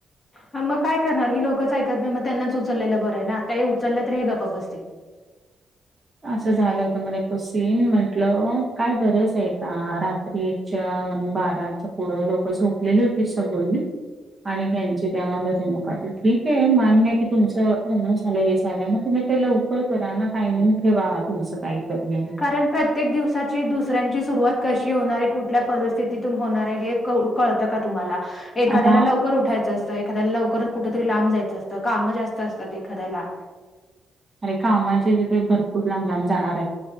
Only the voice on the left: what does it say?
हा मग काय करणार ही लोकच ऐकत नाही. मग त्यांनाच उचललेलं बरं आहे ना. आता हे उचललं तर हे गप्प बसतील.
कारण प्रत्येक दिवसाची दुसऱ्यांची सुरुवात कशी होणार आहे. कुठल्या परिस्थितीतून होणार आहे. हे कळत का तुम्हाला? एखाद्याला
लवकर उठायचं असत. एखाद्याला लवकर कुठ तरी लांब जायच असत. काम जास्त असतात एखाद्याला.